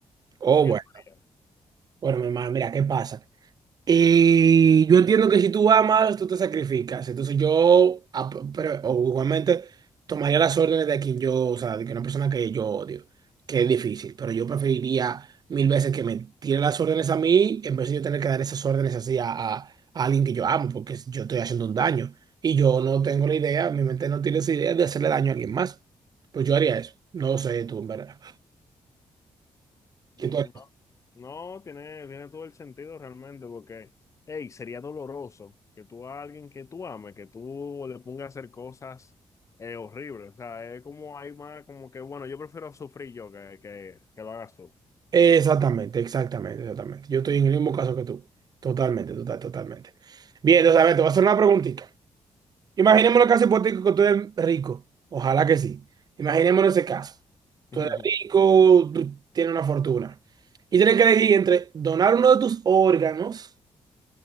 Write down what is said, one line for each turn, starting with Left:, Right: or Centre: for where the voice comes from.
Right: Oh,
Left: ¿Qué
Right: bueno.
Left: tú harías?
Right: Bueno, mi hermano, mira, ¿qué pasa? Y yo entiendo que si tú amas, tú te sacrificas. Entonces yo, ap- pero, o igualmente, tomaría las órdenes de quien yo, o sea, de que una persona que yo odio, que es difícil, pero yo preferiría mil veces que me tire las órdenes a mí en vez de yo tener que dar esas órdenes así a, a- a alguien que yo amo, porque yo estoy haciendo un daño. Y yo no tengo la idea, mi mente no tiene esa idea de hacerle daño a alguien más. Pues yo haría eso. No sé tú, en verdad.
Left: Mm,
Right: ¿Qué tú harías?
Left: No, tiene, tiene todo el sentido realmente, porque, hey, sería doloroso que tú a alguien que tú ames, que tú le pongas a hacer cosas eh, horribles. O sea, es como hay más, como que, bueno, yo prefiero sufrir yo que, que, que lo hagas tú.
Right: Exactamente, exactamente, exactamente. Yo estoy en el mismo caso que tú. Totalmente, total, totalmente. Bien, entonces, a ver, te voy a hacer una preguntita. Imaginémonos el caso hipotético que tú eres rico. Ojalá que sí. Imaginémonos ese caso. Tú
Left: <laughs>
Right: eres rico, tú tienes una fortuna. Y tienes que elegir entre donar uno de tus órganos